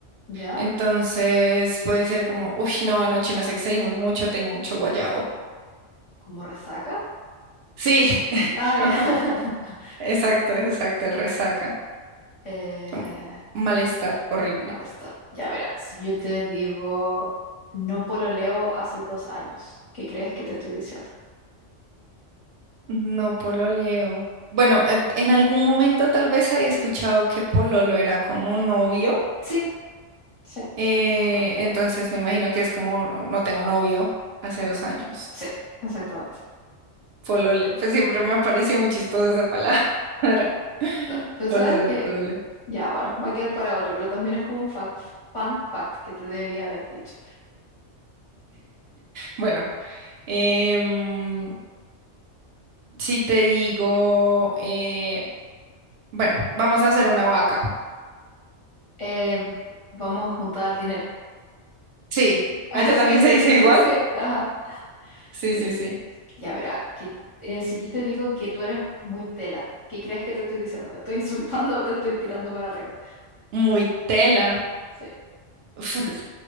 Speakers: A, on the left (about 35°); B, on the right (about 65°).
A: ¿Ya?
B: Entonces puede ser como, uy, no, anoche nos excedimos mucho, tengo mucho guayabo.
A: ¿Como resaca?
B: Sí, <laughs>
A: Ah, ya.
B: ajá,
A: <laughs>
B: exacto, exacto, resaca.
A: Eh,
B: como Malestar horrible.
A: malestar. Ya verá, si yo te digo no pololeo hace dos años, ¿qué crees que te estoy diciendo?
B: No pololeo. Bueno, en en algún momento tal vez había escuchado que pololo era como novio.
A: Sí, sí,
B: Eh,
A: correcto.
B: entonces me imagino que es como no no tengo novio hace dos años.
A: Sí, exactamente.
B: Polole. Pues siempre me ha parecido muy chistosa esa palabra. <laughs>
A: Pero, pero
B: Pololo,
A: sabes que
B: polole.
A: Ya, bueno, va a quedar para otro, pero también es como un fact, fun fact que te debía haber dicho.
B: Bueno, em, si te digo, eh, bueno, vamos a hacer una vaca.
A: Eh, vamos a juntar dinero.
B: Sí,
A: <laughs> Así,
B: allá también se dice igual.
A: sí, ajá.
B: Sí,
A: Sí,
B: sí, sí.
A: ya verá, que, eh, si yo te digo que tú eres muy tela, ¿qué crees que te estoy diciendo? ¿Te estoy <laughs> insultando o te estoy tirando para arriba?
B: Muy tela.
A: Sí.
B: <laughs>